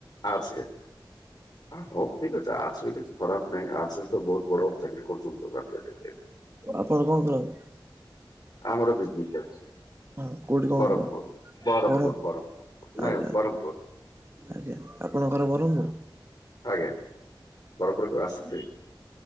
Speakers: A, on the left; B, on the right.
A: ଆଟ୍ସ ରେ? ଆ ହଉ ଠିକ ଅଛି ଆଟ୍ସ ବି କିଛି ଖରାପ ନାଇଁ ଆଟ୍ସରେ ତ ବହୁତ ବଡ ବଡ଼ ଚାକିରି କରୁଛନ୍ତିଆଜିକା ଡେଟରେ।
B: ଆପଣ କଣ କରନ୍ତି?
A: ଆମର ବିଜନେସ ଚାଲଚି।
B: ହଁ କୋଉଠି କଣ
A: ବରହ୍ମପୁର
B: କରନ୍ତି
A: ବରହମପୁର
B: ବ୍ରହ୍ମପୁର
A: ବରହମପୁର ନାଇଁ
B: ଆଜ୍ଞା
A: ବରହ୍ମପୁର।
B: ଆଜ୍ଞା ଆପଣଙ୍କ ଘର ବ୍ରହ୍ମପୁର?
A: ଆଜ୍ଞା ବ୍ରହ୍ମପୁର କେବେ ଆସିଛନ୍ତି?